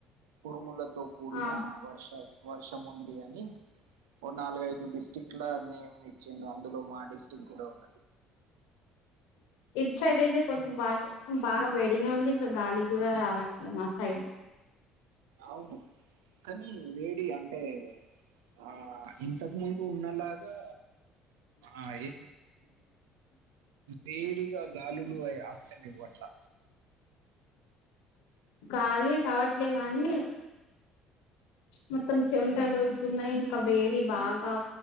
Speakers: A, on the right (about 80°); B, on the left (about 80°).
A: వురుములతో కూడిన
B: ఆ
A: వర్ష వర్షం ఉంది అని ఓ నాలుగైదు డిస్టిక్ల నేమ్ ఇచ్చిండ్రు అందులో మా డిస్ట్రిక్ గూడా ఉంది
B: ఇట్ సైడ్ అయితే కొంచెం బాగా బాగా వేడిగా ఉంది ఇంకా గాలి కూడా రావట్లే మా సైడ్
A: అవును కానీ వేడి అంటే ఆ ఇంతకు ముందు ఉన్నలాగా ఆ ఏ వేడిగా గాలులు ఆస్తాలేవు అట్లా
B: కాలీ రావట్లే గానీ మొత్తం చెమటలు అసున్నాయి ఇంకా వేడి బాగా